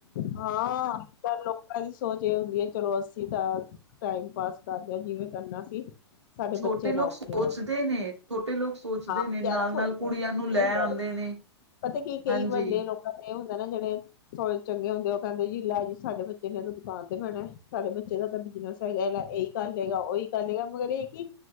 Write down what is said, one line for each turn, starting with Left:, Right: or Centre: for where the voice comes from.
Left: ਹਾਂ ਅੱ ਕੱਲ ਲੋਕਾਂ ਦੀ ਸੋਚ ਇਹ ਹੁੰਦੀ ਹੈ ਚਲੋ ਅ ਅਸੀਂ ਤਾਂ ਟਾਈਮ ਪਾਸ ਕਰਦੇਿਆ ਜਿਵੇਂ ਕਰਨਾ ਸੀ ਸਾਡੇ
Right: ਛੋਟੇ
Left: ਬੱਚੇ
Right: ਲੋਕ
Left: ਨਾ ਔਖੇ
Right: ਸੋਚਦੇ
Left: ਹੋਣ
Right: ਨੇ ਛੋਟੇ ਲੋਕ ਸੋਚਦੇ
Left: ਹਾਂ
Right: ਨੇ ਨਾਲ
Left: ਜ਼ਿਆਦਾ ਸੋਚਦੇ
Right: ਨਾਲ ਕੁੜੀਆਂ ਨੂੰ ਲੈ
Left: ਬਹੁਤ ਜ਼ਿਆਦਾ
Right: ਆਉਂਦੇ ਨੇ
Left: ਪਤਾ ਕੀ ਕਈ
Right: ਹਾਂਜੀ
Left: ਵੱਡੇ ਲੋਕਾਂ ਤੇ ਹੁੰਦਾ ਨਾ ਜਿਹੜੇ ਥੋੜ੍ਹੇ ਚੰਗੇ ਹੁੰਦੇ ਉਹ ਕਹਿੰਦੇ ਜੀ ਲੈ ਜੀ ਸਾਡੇ ਬੱਚੇ ਨੇ ਤਾਂ ਦੁਕਾਨ ਤੇ ਪੈਣਾ ਸਾਡੇ ਬੱਚੇ ਦਾ ਤਾਂ ਬਿਜਨਸ ਹੈਗਾ ਲੈ ਇਹੀ ਗੱਲ ਹੈਗਾ ਉਹੀ ਗੱਲ ਹੈਗਾ ਮਗਰ ਇਹ ਕਿ